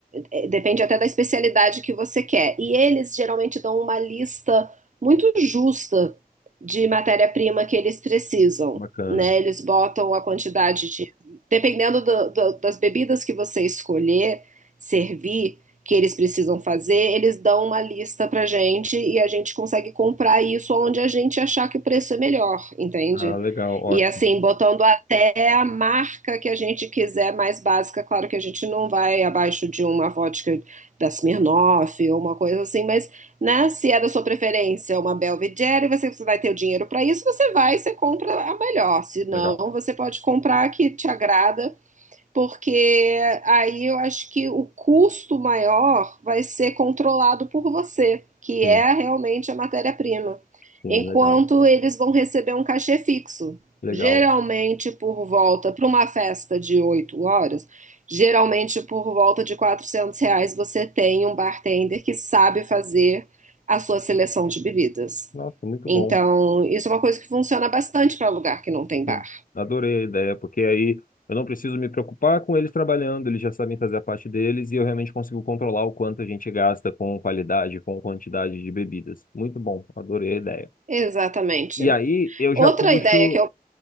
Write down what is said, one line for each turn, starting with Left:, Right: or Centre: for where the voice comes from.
Right: é, depende até da especialidade que você quer. E eles geralmente dão uma lista muito justa de matéria-prima que eles precisam,
Left: Bacana.
Right: né? Eles botam a quantidade de, dependendo do- do- das bebidas que você escolher servir, que eles precisam fazer, eles dão uma lista pra gente e a gente consegue comprar isso onde a gente achar que o preço é melhor, entende?
Left: Ah, legal, ótimo.
Right: E assim, botando até a marca que a gente quiser mais básica, claro que a gente não vai abaixo de uma vodka da Smirnoff ou uma coisa assim, mas né, se é da sua preferência uma Belvedere, você você vai ter o dinheiro para isso, você vai, você compra a melhor. Se não,
Left: Legal.
Right: você pode comprar a que te agrada porque aí eu acho que o custo maior vai ser controlado por você, que
Left: Sim.
Right: é realmente a matéria-prima,
Left: Sim,
Right: enquanto
Left: legal,
Right: eles vão receber um cachê fixo.
Left: legal.
Right: Geralmente por volta, para uma festa de 8 horas, geralmente por volta de 400 reais você tem um bartender que sabe fazer a sua seleção de bebidas.
Left: Nossa, muito
Right: Então,
Left: bom.
Right: isso é uma coisa que funciona bastante para lugar que não tem bar.
Left: Sim, adorei a ideia, porque aí eu não preciso me preocupar com eles trabalhando, eles já sabem fazer a parte deles e eu realmente consigo controlar o quanto a gente gasta com qualidade, com quantidade de bebidas. Muito bom, adorei a ideia.
Right: Exatamente.
Left: E aí eu já
Right: Outra
Left: puxo.
Right: ideia que eu